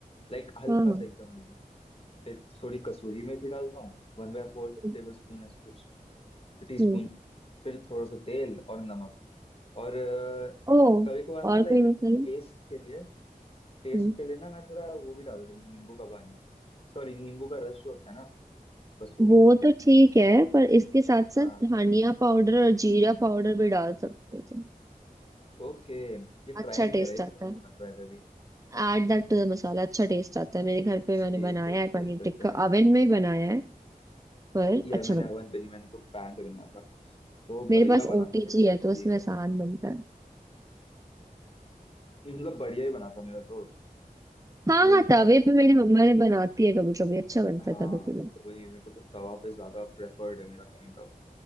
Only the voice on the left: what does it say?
लाइक हल्का
सा एकदम हल्दी फिर थोड़ी कसूरी मेथी डालता हूँ one by four
tablespoon ऐसे कुछ टी स्पून
फिर थोड़ा सा तेल और नमक और अ,
कभी कभार ना
लाइक
टेस्ट के लिए टेस्ट
के लिए ना मैं थोड़ा वो भी डाल देता हूँ नींबू का पानी सॉरी नींबू का रस जो होता है ना बस वो
हाँ
ओके ये ट्राई
नहीं
करा ये
करूंगा
मैं ट्राई कभी
ठीक
है
ठीक
है
डन है
यार
मैंने
ओवन
पे नहीं मैंने तो पैन पे बनाया था तो
बढ़िया
बना
था लेकिन
ठीक
है
मतलब बढ़िया ही बना था मेरा तो
ग्रिल
करा
था फिर
पनीर
को
हाँ
तो वही मेरे को तो तवा पे ज्यादा प्रेफर्ड है मेरा काइंड ऑफ